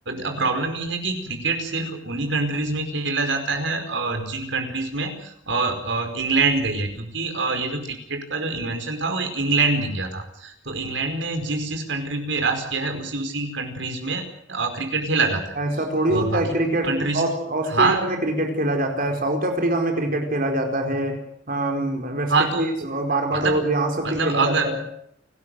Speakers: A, on the right; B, on the right.
A: अब प्रॉब्लम ये है कि क्रिकेट सिर्फ उन्हीं कंट्रीज में खेला जाता है अ, जिन कंट्रीज में अ, अ, इंग्लैंड गई है क्योंकि अ, ये जो क्रिकेट का जो इन्वेंशन था वो इंग्लैंड ने किया था तो इंग्लैंड ने जिस जिस कंट्री पे राज किया है उसी उसी कंट्रीज में अ, क्रिकेट खेला जाता है
B: ऐसा थोड़ी
A: तो
B: होता
A: बाकी
B: है क्रिकेट
A: कंट्रीज
B: ऑस- ऑस्ट्रेलिया
A: हाँ
B: में क्रिकेट खेला जाता है साउथ अफ्रीका में क्रिकेट खेला जाता है अम, वेस्ट
A: हाँ
B: इंडीज
A: तो
B: और बारबाडोस
A: मतलब
B: यहाँ सब
A: मतलब
B: भी खेला
A: अगर
B: जाता है